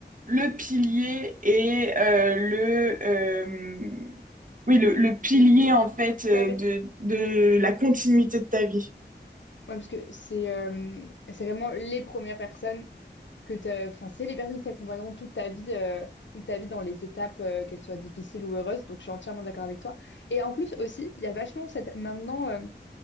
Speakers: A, on the right; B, on the left.
A: le pilier et euh, le euh, oui le, le pilier en fait
B: Tout
A: euh,
B: à fait.
A: de de la continuité de ta vie.
B: Ouais, parce que c'est euh, c'est vraiment les premières personnes que t'as... Enfin, c'est les personnes qui t'accompagneront toute ta vie, euh, toute ta vie dans les étapes, euh, qu'elles soient difficiles ou heureuses. Donc, je suis entièrement d'accord avec toi. Et en plus aussi, il y a vachement cette... Maintenant... euh,